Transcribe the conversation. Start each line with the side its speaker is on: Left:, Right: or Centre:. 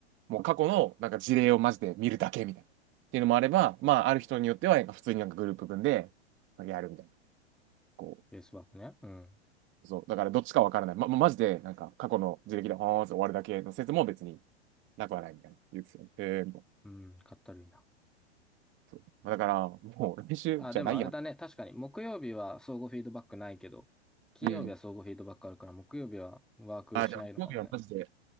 Right: もう過去のなんか事例をマジで見るだけみたいな。っていうのもあれば、まあ、ある人によっては、なんか普通になんかグループ組んで、やるみたいな。こ
Centre: ベースワークね。うん。
Right: う、そう。だからどっちかわからない。ま、ま、マジで、なんか過去の事例で、あーって終わるだけの説も別になくはないみたいな。言うてでよね。へー、みたいな。
Centre: うん、かったるいな。
Right: そう。まあ、だから、もう練習じゃないやん。
Centre: あ、でもあれだね。確かに、木曜日は相互フィードバックないけど、金曜日は相互フィードバックあるから、
Right: うん。
Centre: 木曜日はワークしないのかもね。
Right: あ、でも、興味はマジで、